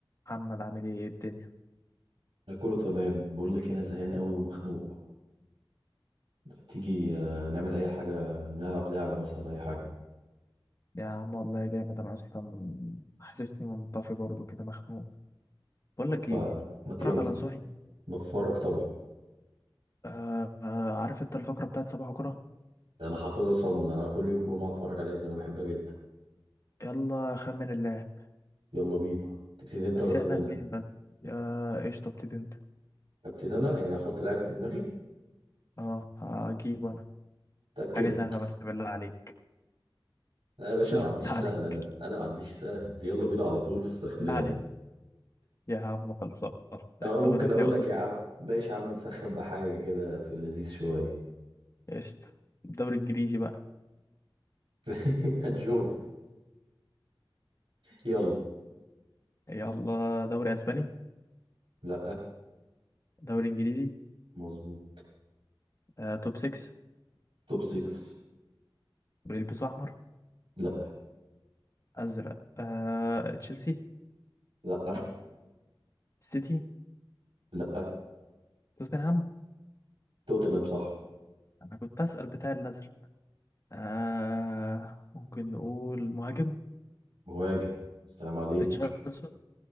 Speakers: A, on the left; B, on the right.
A: محمد عامل ايه إيه الدنيا
B: انا كله تمام بقول لك انا زهقان قوي ومخنوق تيجي آه، نعمل اي حاجه نلعب لعبه مثلا اي حاجه
A: يا عم والله جامد انا اصلا حاسسني منطفي برضو كده مخنوق بقول
B: طب
A: لك ايه
B: آه، ما
A: اتفرج
B: ت- يلا
A: على نصوحي
B: بتفرج طبعا
A: آه آه عارف انت الفقره بتاعت صباح كرة
B: ده انا حافظها صم ده انا كل يوم جمعه اتفرج عليها ده انا بحبها جدا
A: يلا خمن اللاعب
B: يلا بينا تبتدي انت
A: بس
B: ولا ابتدي
A: احنا
B: انا
A: اتنين بس يا قشطه ابتدي انت
B: ابتدي انا يعني احط لعب في دماغي
A: اه هجيب انا
B: اتاكد
A: حاجه سهله بس بالله عليك <laughs>
B: لا يا باشا
A: بالله
B: ما عنديش
A: عليك
B: سهل انا انا ما عنديش سهل يلا بينا على طول في السخنان
A: بالله عليك يا عم خلصان
B: او
A: السخن
B: ممكن
A: هتلاقي
B: اقول
A: قصاد
B: لك يا
A: البحر.
B: عم ماشي يا عم نسخن بحاجه كده في اللذيذ شويه
A: قشطه الدوري الانجليزي بقى
B: <laughs> هنشوف يلا
A: يلا دوري اسباني
B: لا
A: دوري انجليزي
B: مظبوط
A: آه توب 6
B: توب 6
A: بيلبسوا احمر
B: لا
A: ازرق آه... تشيلسي
B: لا
A: سيتي
B: لا
A: توتنهام
B: توتنهام صح
A: انا كنت اسال بتاع الازرق آه... ممكن نقول مهاجم
B: مهاجم السلام عليك
A: ريتشاردسون